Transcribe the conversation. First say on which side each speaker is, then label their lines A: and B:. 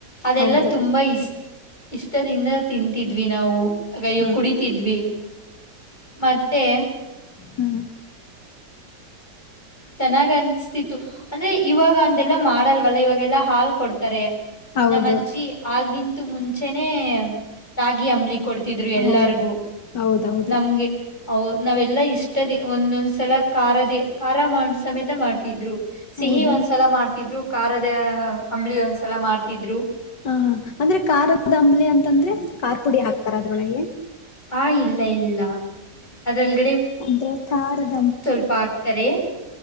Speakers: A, on the left; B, on the left.
A: ಅದೆಲ್ಲ
B: ಹೌದು
A: ತುಂಬಾ ಇಷ್ ಇಷ್ಟದಿಂದ ತಿಂತಿದ್ವಿ ನಾವು ಅಯ್ಯೋ
B: ಹಾ
A: ಕುಡಿತಿದ್ವಿ ಮತ್ತೆ
B: ಹಾ
A: ಚೆನ್ನಾಗ್ ಅನ್ಸ್ತಿತ್ತು ಅಂದ್ರೆ ಇವಾಗ ಅಂದೆಲ್ಲಾ ಮಾಡಲ್ವಲ್ಲ ಇವಾಗೆಲ್ಲಾ ಹಾಲ್ ಕೊಡ್ತಾರೆ
B: ಹೌದು
A: ನಮ್ಮ ಅಜ್ಜಿ ಆಲ್ಗಿಂತ ಮುಂಚೆನೆ ರಾಗಿ ಅಂಬಲೀ ಕೊಡ್ತಿದ್ರು ಎಲ್ಲಾರ್ಗು
B: ಹೌದು ಹೌದೌದು
A: ನಮ್ಗೆ ಹ ನಾವೆಲ್ಲಾ ಇಷ್ಟದ ಒಂದೊಂದ್ಸಲ ಕಾರಲಿ ಆರ ಮಾಡ ಸಮೇತ ಮಾಡ್ತಿದ್ರು ಸಿಹಿ
B: ಹೌದಾ
A: ಒಂದ್ಸಲ ಮಾಡ್ತಿದ್ರು ಖಾರದ ಅಂಬ್ಳಿ ಒಂದಸ ಎಲ ಮಾಡ್ತಿದ್ರು
B: ಹ ಹ ಅಂದ್ರೆ ಖಾರದ ಅಂಬ್ಲೆ ಅಂತಂದ್ರೆ ಖಾರ್ ಪುಡಿ ಹಾಕ್ತಾರ ಅದ್ರೊಳಗೆ
A: ಹಾ ಇಲ್ಲ ಇಲ್ಲ ಅದ್ರಲ್ಲಿ
B: ಅಂದ್ರೆ ಖಾರದ್
A: ಸ್ವಲ್ಪ ಹಾಕ್ತಾರೆ